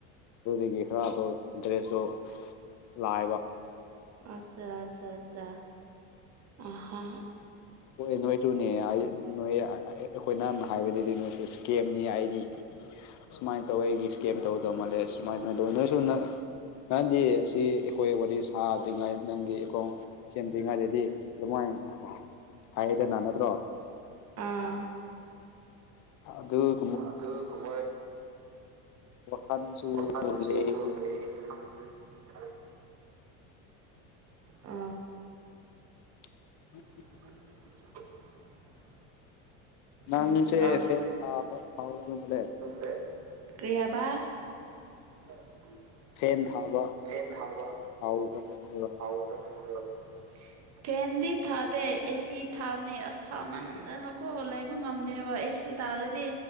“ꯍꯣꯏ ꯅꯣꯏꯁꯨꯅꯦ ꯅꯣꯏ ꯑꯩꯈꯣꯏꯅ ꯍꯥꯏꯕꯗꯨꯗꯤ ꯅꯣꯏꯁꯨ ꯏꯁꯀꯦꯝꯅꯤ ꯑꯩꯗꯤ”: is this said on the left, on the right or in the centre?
Left